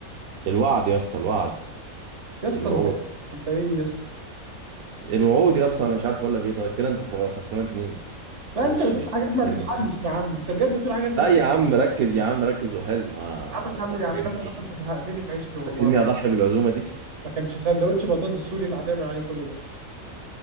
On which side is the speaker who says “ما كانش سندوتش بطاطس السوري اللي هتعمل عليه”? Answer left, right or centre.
Right